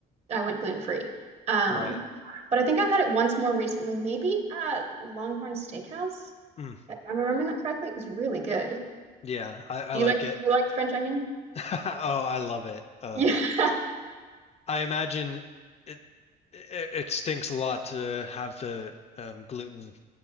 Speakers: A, on the right (about 40°); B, on the left (about 40°).
A: I went gluten free. Um,
B: Right.
A: but I think I've had it once more recently, maybe at Longhorn Steakhouse.
B: Mm,
A: If I'm remembering that correctly, it was really good.
B: yeah, I, I
A: Do
B: like
A: you like do
B: it.
A: you like French onion?
B: <laughs> Oh, I love it. Uh,
A: <laughs>
B: I imagine it, it it stinks a lot to have the um gluten